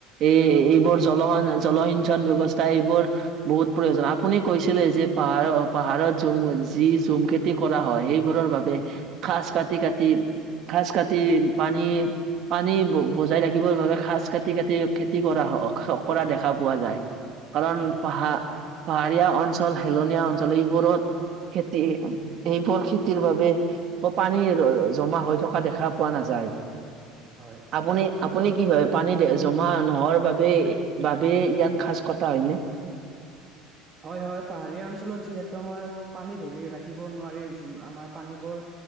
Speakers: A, on the right; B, on the right.
A: এই-এইবোৰ জলসন, জলসিঞ্চন ব্যৱস্থা এইবোৰ বহুত প্ৰয়োজন, আপুনি কৈছিলে যে পাহাৰ-পাহাৰৰ জুম, যি জুম খেতি কৰা হয় সেইবোৰৰ বাবে ঘাছ কাটি কাটি ঘাস কাটি, পানী-পানী বজাই ৰাখিবৰ বাবে সাজ কাটি কাটি কাটি খেতি কৰা হক, কৰা দেখা পোৱা যায়। কাৰণ
B: হয়
A: পাহাৰ পাহাৰীয়া অঞ্চল, হেলনীয়া অঞ্চল এইবোৰত খেতি এইবোৰ খেতিৰ বাবে পানীৰ জমা হৈ থকা দেখা পোৱা নাযায়।
B: হয়
A: আপুনি, আপুনি কি ভাবে পানী জমা মানুহৰ বাবে, বাবে ইয়াত সাজ কথা হয়নে?
B: হয় হয় পাহাৰীয়া অঞ্চলত যিহেতু আমাৰ পানী ধৰি ৰাখিব নোৱাৰি, যি আমাৰ পানীবোৰ